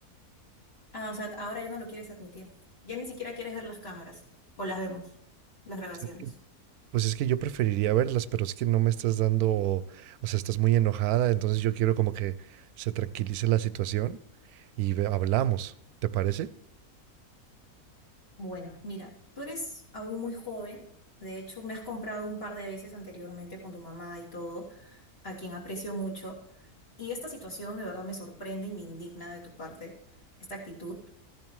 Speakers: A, on the left; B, on the right.
A: Ah, o sea, ahora ya no lo quieres admitir. Ya ni siquiera quieres ver las cámaras. O las vemos, las grabaciones.
B: Pues es que pues es que yo preferiría verlas, pero es que no me estás dando, o sea, estás muy enojada, entonces yo quiero como que se tranquilice la situación y ve- hablamos, ¿te parece?
A: Bueno, mira, tú eres aún muy joven. De hecho, me has comprado un par de veces anteriormente con tu mamá y todo, a quien aprecio mucho. Y esta situación de verdad me sorprende y me indigna de tu parte, esta actitud.